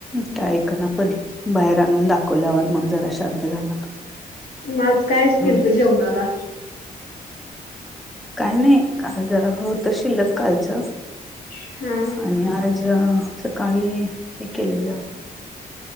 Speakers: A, in the centre; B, on the left.
A: ते ऐक ना पण, बाहेर आणून दाखवल्यावर मग जरा शांत झाला.
B: म आज कायच
A: होय,
B: केलतं जेवणाला?
A: काय नाही, काल जरा होतं शिल्लक कालचं
B: हा
A: आणि आणि आज अ सकाळी हे केलेलं